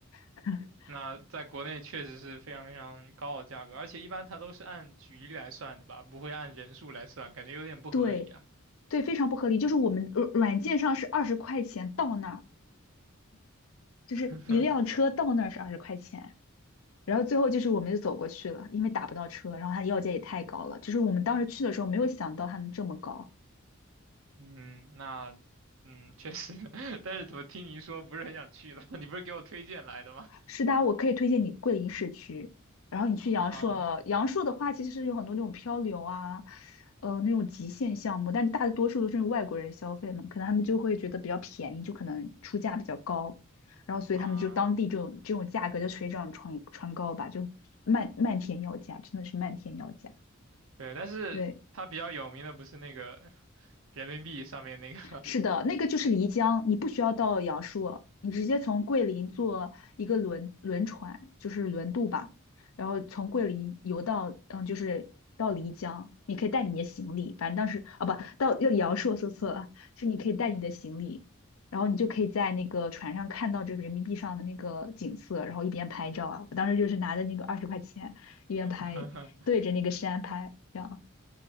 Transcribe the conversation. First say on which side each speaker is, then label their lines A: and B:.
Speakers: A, on the left; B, on the right.
A: <laughs>
B: 那在国内确实是非常非常高的价格，而且一般它都是按局来算的吧，不会按人数来算，感觉有点不合理啊。
A: 对，对，非常不合理。就是我们软软件上是二十块钱到那儿，就是一辆车到那儿是二十块钱，
B: <laughs>
A: 然后最后就是我们就走过去了，因为打不到车，然后他要价也太高了，就是我们当时去的时候没有想到它能这么高。
B: 嗯，那嗯，确实，<laughs> 但是怎么听你一说不是很想去了？<laughs> 你不是给我推荐来的吗？
A: 是的，我可以推荐你桂林市区，然后你去阳朔。
B: <laughs> 啊
A: 阳朔的话，其实有很多那种漂流啊，呃，那种极限项目，但大多数都是外国人消费嘛，可能他们就会觉得比较便宜，就可能出价比较高，然后所以他们就当地这种这种价格就水涨船船高吧，
B: 啊，
A: 就漫漫天要价，真的是漫天要价。
B: 对，但是它比较有名的不是那个
A: 对。
B: 人民币上面那个，
A: 是的，那个就是漓江，你不需要到阳朔，你直接从桂林坐一个轮轮船，就是轮渡吧，然后从桂林游到，嗯，就是到漓江，你可以带你的行李，反正当时啊不到要阳朔说错了，是你可以带你的行李，然后你就可以在那个船上看到这个人民币上的那个景色，然后一边拍照啊，我当时就是拿着那个二十块钱一边拍，
B: <laughs>
A: 对着那个山拍，这样，